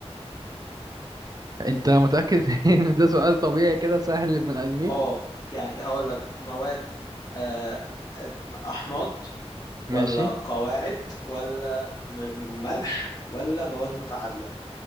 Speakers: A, on the right; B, on the left.
A: انت متأكد <laughs> ان ده سؤال طبيعي كده سهل للبني ادمين
B: اه يعني هقول لك مواد آه احماض
A: ماشي
B: ولا قواعد ولا م- ملح ولا مواد متعادلة